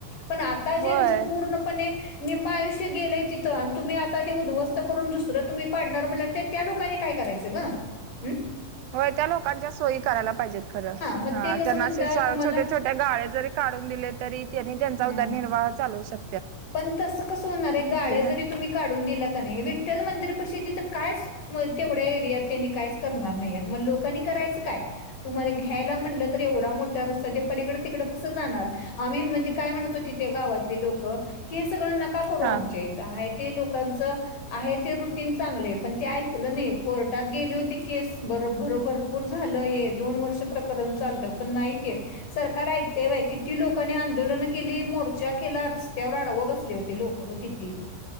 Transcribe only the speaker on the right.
होय
होय त्या लोकांच्या सोयी करायला पाहिजेत खरं,
हा
त्यांना
असे
छोट्या छोट्या गाळे जरी काढून दिले तरी त्यांनी त्यांचा
उदरनिर्वाह चालवु शक
ना
हा